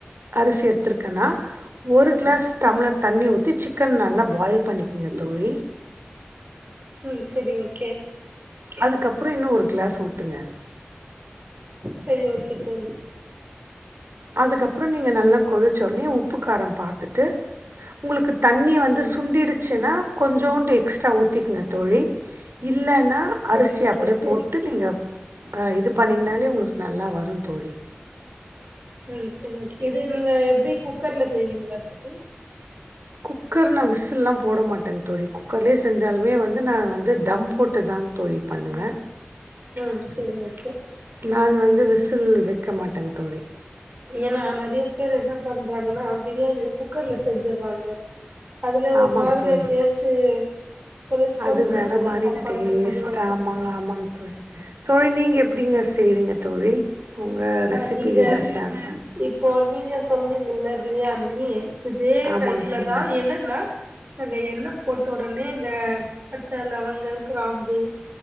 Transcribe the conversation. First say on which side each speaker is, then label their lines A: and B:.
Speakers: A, on the right; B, on the right.
A: அரிசி எடுத்ருக்கனா ஒரு கிளாஸ் டம்ளர் தண்ணி ஊத்தி சிக்கன் நல்லா பாயில் பண்ணிக்குங்க தோழி
B: ம் செரி ஓக்
A: அதுக்கப்றோ இன்னு ஒரு கிளாஸ் ஊத்துங்க
B: செரி ஓகே தோழி
A: அதுக்கப்றோ நீங்க நல்லா கொதிச்சோனே உப்பு காரம் பாத்துட்டு உங்களுக்கு தண்ணி வந்து
B: ம்
A: சுண்டீடுச்சுனா கொஞ்சோண்டு எக்ஸ்ட்ரா ஊத்திக்ங்க தோழி இல்லனா
B: சரி
A: அரிசி
B: ஓகே
A: அப்டியே போட்டு நீங்க இது பண்ணீங்னாலே உங்களுக் நல்லா வரு தோழி
B: ம் செரி ஓகே இது நீங்க எப்டி குக்கர்ல செய்வீங்ளா தோழி
A: குக்கர் நா விசில்லா போட மாட்டே தோழி குக்கர்லயே செஞ்சாலுமே வந்து நா வந்து தம் போட்டு தா ன் தோழி பண்ணுவே
B: ம் செரி ஓகே
A: நான் வந்து விசில் வக்க மாட்டேங்க தோழி
B: ஏனா நெறைய பேர் என்ன பண்றாங்கனா பிரியாணிய குக்கர்ல செஞ்சுறாங்க அதுல ஒரு
A: ஆமாங்க
B: மாதிரியா
A: தோழி
B: டேஸ்ட் கொல
A: அது
B: கொலஞ்சிருதுல்ல
A: வேற மாரி
B: சாப்பாடு
A: டேஸ்டா
B: கொஞ்சோ
A: ஆமாங்க ஆமாங் தோழி தோழி நீங்க எப்டிங்க செய்வீங்க தோழி உங்க ரெசிபி
B: அ நீங்க
A: எதா ஷேர் பண்
B: இப்போ நீங்க சொன்னீங்ல்ல பிரியாணி இதே
A: ஆமாங்க
B: டைப்ல
A: தோழி.
B: தா என்னனா நாங்க எண்ணே போட்ட உடனே இந்த பட்ட லவ லவங்க கிராம்பு